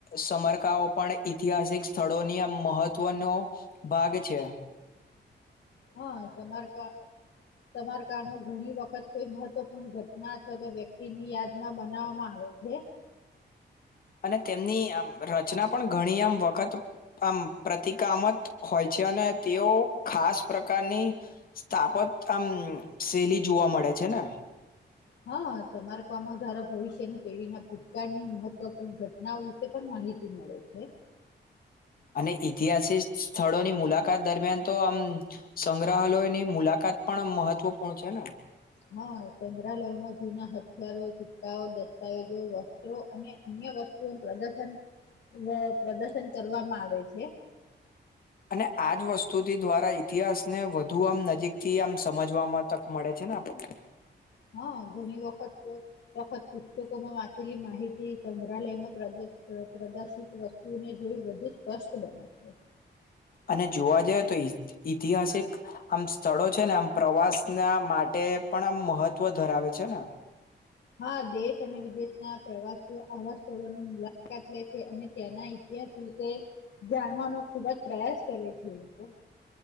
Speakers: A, on the left; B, on the left.
A: સમમરકાઓ પણ ઐતિહાસિક સ્થળોની આમ મહત્વનો ભાગ છે.
B: હા સમારકા સમારકાડો ઘણી વખત કોઈ મહત્વપૂર્ણ ઘટના અથવા તો તો વ્યક્તિની યાદમાં બનાવવામાં આવે છે.
A: અને તેમની આમ રચના પણ ઘણી આમ વખત આમ પ્રતિકામત હોય છે અને તેઓ ખાસ પ્રકારની સ્થાપત આમ નુ શૈલી જોવા મળે છે ને.
B: હા સમારકામ દ્વારા ભવિષ્યની પેઢીના ભૂતકાળની મહત્વપૂર્ણ ઘટનાઓ વિશે પણ માહિતી મળે છે.
A: અને ઈતિહાસિક સ્થળોની મુલાકાત દરમિયાન તો આમ મ સંગ્રહાલયની મુલાકાત પણ આમ મહત્વપૂર્ણ છે ને.
B: હા સંગ્રહાલયોમાં જૂના હથિયારો સિક્કાઓ દસ્તાવેજો વસ્ત્રો અને અન્ય વસ્તુઓ પ્રદર્શન વહ પ્રદર્શન કરવામાં આવે છે.
A: અને આજ વસ્તુથી દ્વારા ઈતિહાસને વધુ આમ નજીકથી આમ સમજવામાં તક મળે છે ને આપણને.
B: હા ઘણી વખત નો વખત પુસ્તકોમાં વાંચેલી માહિતી સંગ્રહાલયમાં પ્રદુષ પ્રદુષિત વસ્તુઓને જોઈ વધુ સ્પષ્ટ બને છે.
A: અને જોવા જઈએ તો ઐતિ ઐતિહાસિક આમ સ્થળો છે ને આમ પ્રવાસના માટે પણ આમ મહત્વ ધરાવે છે ને.
B: હા દેશ અને વિદેશના પ્રવાસીઓ આવા સ્થળોની મુલાકાત લે છે અને ત્યાંના ઇતિહાસ વિશે જાણવાનો ખુબજ પ્રયાસ કરે છે લોકો.